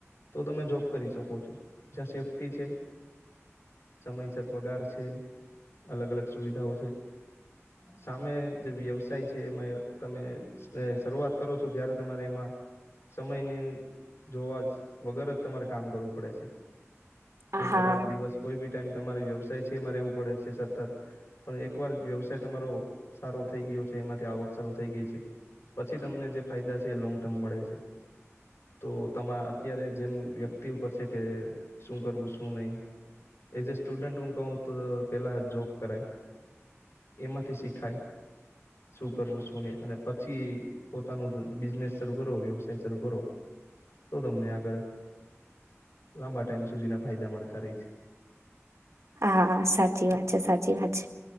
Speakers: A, on the left; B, on the right.
A: તો તમે જોબ કરી શકો છો જ્યાં સેફ્ટી છે સમયસર પગાર છે અલગ અલગ સુવિધાઓ છે સામે જે વ્યવસાય છે એમાં તમે શરૂઆત કરો છો જયારે તમારે એમાં સમયની જોવા વગર જ તમારે કામ કરવું પડે છે. જેમ
B: આહા
A: કે રાત દિવસ કોઈ બી ટાઈમ તમારે વ્યવસાય છે એમાં રેવું પડે છે સતત પણ એકવાર વ્યવસાય તમારો સારો થઈ ગયો છે એમાંથી આવક સારુ થઈ ગઈ છે પછી તમને જે ફાયદા છે એ લોંગ ટર્મ મળે છે. તો તમા અત્યારે જેમ વ્યક્તિ ઉપર છે કે શું કરવું શું નહી. એઝ એ સ્ટુડન્ટ હું કહું તો પેલા જોબ કરાય એમાંથી શીખાય શું કરવું શું નહી અને પછી પોતાનું બિઝનેસ ચાલુ કરો વ્યવસાય ચાલુ કરો. તો તમને આગળ લાંબા ટાઈમ સુધી ના ફાયદા મળતા રહી છે. <inaudible>
B: હા સાચી વાત છે સાચી વાત છે.